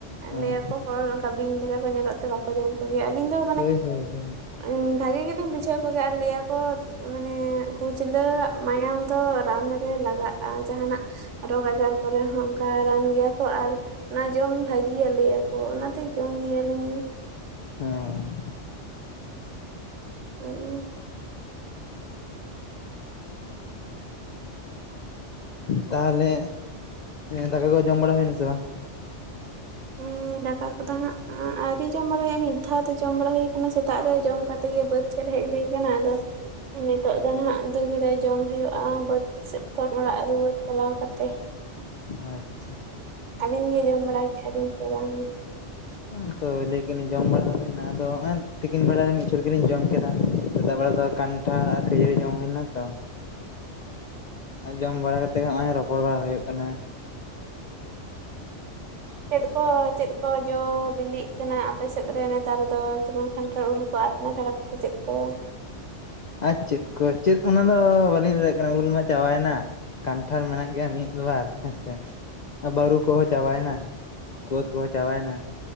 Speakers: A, on the left (about 60°); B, on the right (about 80°).
A: ᱦᱮᱸ
B: ᱞᱟᱹᱭᱟᱠᱚ ᱦᱚᱲ, ᱚᱱᱠᱟ ᱵᱤᱧ ᱞᱮᱠᱟ ᱠᱚ ᱧᱮᱞᱚᱜ ᱛᱮ ᱵᱟᱠᱚ ᱼᱼ ᱡᱚᱢ ᱠᱚᱜᱮᱭᱟ। ᱟᱹᱞᱤᱧ ᱫᱚ ᱢᱟᱱᱮ
A: ᱦᱳᱭ ᱦᱳᱭ ᱦᱳᱭ
B: ᱼᱼ ᱵᱷᱟᱜᱤ ᱜᱮᱞᱤᱧ ᱵᱩᱡᱷᱟᱹᱣ ᱠᱚᱜᱮᱭᱟ। ᱟᱨ ᱞᱟᱹᱭᱟ ᱠᱚ ᱢᱟᱱᱮ ᱠᱩᱪᱞᱟᱹ ᱟᱜ ᱢᱟᱭᱟᱢ ᱼᱼ ᱛᱚ ᱨᱟᱱ ᱨᱮ ᱞᱟᱜᱟᱜᱼᱟ। ᱟᱨ ᱡᱟᱦᱟᱱᱟᱜ ᱨᱳᱜᱽ ᱟᱡᱟᱨ ᱠᱚᱨᱮ ᱦᱚᱸ ᱚᱱᱠᱟ ᱨᱟᱱ ᱜᱮᱭᱟ ᱠᱚ। ᱟᱨ ᱼᱼ ᱚᱱᱟ ᱡᱚᱢ ᱵᱷᱟᱹᱜᱮᱭᱟ ᱞᱟᱹᱭᱟᱠᱚ। ᱚᱱᱟᱛᱮ ᱡᱚᱢ ᱜᱮᱭᱟᱞᱤᱧ।
A: ᱦᱚᱸᱻ।
B: ᱦ <unintelligible> <inaudible> <inaudible>
A: ᱛᱟᱦᱟᱞᱮ, ᱫᱟᱠᱟ ᱠᱚ ᱡᱚᱢ ᱵᱟᱲᱟ ᱦᱩᱭᱱᱟ ᱥᱮ ᱵᱟᱝ?
B: ᱦᱩᱸᱻ, ᱫᱟᱠᱟ ᱠᱚᱫᱚ ᱦᱟᱸᱜ ᱟᱣᱨᱤ ᱡᱚᱢ ᱵᱟᱲᱟ ᱦᱩᱭᱩᱜᱼᱟ। ᱢᱤᱫ ᱫᱷᱟᱣ ᱛᱮ ᱡᱚᱢ ᱵᱟᱲᱟ ᱦᱩᱭ ᱼᱼ ᱠᱟᱱᱟ। ᱥᱮᱛᱟᱜ ᱨᱮ ᱡᱚᱢ ᱠᱟᱛᱮ ᱜᱮ ᱵᱟᱹᱫᱽ ᱥᱮᱫ ᱦᱮᱡ ᱦᱩᱭ ᱟᱠᱟᱱᱟ। ᱟᱫᱚ ᱱᱤᱛ ᱼᱼ ᱛᱚᱜ ᱫᱚ ᱱᱟᱦᱟᱜ, ᱫᱩᱦᱩᱲᱟᱹ ᱡᱚᱢ ᱦᱩᱭᱩᱜᱼᱟ। ᱵᱟᱹᱫᱽ ᱥᱮᱫ ᱠᱷᱚᱱ ᱚᱲᱟᱜ ᱨᱩᱣᱟᱹᱲ ᱪᱟᱞᱟᱣ ᱠᱟᱛᱮ।
A: ᱟᱪᱪᱷᱟ।
B: ᱟᱹᱵᱤᱱ ᱜᱮ ᱡᱚᱢ ᱵᱟᱲᱟ ᱠᱮᱜᱼᱟ ᱵᱤᱱ ᱥᱮ ᱵᱟᱝ?
A: <unintelligible> ᱛᱚ ᱞᱟᱹᱭ ᱠᱮᱫ ᱞᱤᱧ ᱡᱚᱢ ᱵᱮᱲᱟ ᱫᱚ ᱦᱩᱭᱱᱟ। ᱟᱫᱚ ᱱᱚᱜᱚᱭ ᱛᱤᱠᱤᱱ ᱵᱮᱲᱟ ᱨᱮ ᱢᱤᱫ ᱪᱷᱚᱴ ᱜᱮᱞᱤᱧ ᱡᱚᱢ ᱠᱮᱫᱟ। ᱥᱮᱛᱟᱜ ᱵᱮᱲᱟ ᱫᱚ ᱠᱟᱱ ᱴᱷᱟᱲ ᱟᱨ ᱠᱷᱟᱹᱡᱟᱹᱲᱤ ᱡᱚᱝ ᱦᱩᱭ ᱞᱮᱱᱟ ᱛᱚ।
B: <inaudible>
A: ᱟᱨ ᱡᱚᱢ ᱵᱟᱲᱟ ᱠᱟᱛᱮ ᱦᱚᱸᱜᱼᱚᱭ ᱨᱚᱯᱚᱲ ᱵᱟᱲᱟ ᱦᱩᱭᱩᱜ ᱠᱟᱱᱟ।
B: ᱪᱮᱫ ᱠᱚ ᱪᱮᱫ ᱠᱚ ᱡᱚ ᱵᱤᱞᱤᱜ ᱠᱟᱱᱟ? ᱟᱯᱮ ᱥᱮᱫ ᱨᱮ ᱱᱮ ᱛᱟᱨ ᱫᱚ ᱡᱮᱢᱚᱱ ᱠᱷᱟᱱᱴᱟᱲ ᱩᱞ ᱠᱚ। ᱟᱨ ᱚᱱᱟ ᱪᱷᱟᱲᱟ ᱠᱟᱛᱮᱫ ᱪᱮᱫ ᱠᱚ?
A: ᱟᱨ ᱪᱮᱫ ᱠᱚ, ᱪᱮᱫ ᱚᱱᱟᱫᱚ ᱵᱟᱹᱞᱤᱧ ᱞᱟᱹᱭ ᱫᱟᱲᱮᱭᱟᱜ ᱠᱟᱱᱟ। ᱩᱞ ᱢᱟ ᱪᱟᱵᱟᱭᱮᱱᱟ। ᱠᱟᱱᱴᱷᱟᱲ ᱢᱮᱱᱟᱜ ᱜᱮᱭᱟ ᱢᱤᱫᱵᱟᱨ ᱦᱮᱸᱥᱮ। ᱵᱟᱹᱨᱩ ᱠᱚᱦᱚᱸ ᱪᱟᱵᱟᱭᱮᱱᱟ। ᱠᱳᱫᱽ ᱠᱚᱦᱚᱸ ᱪᱟᱵᱟᱭᱮᱱᱟ।